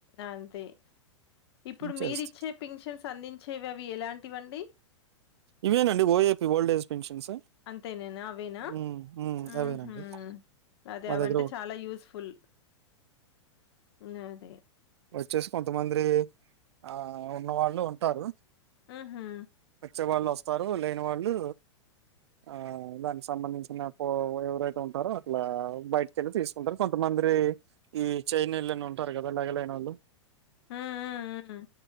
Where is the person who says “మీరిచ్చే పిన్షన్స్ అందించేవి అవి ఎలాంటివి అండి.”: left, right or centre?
Left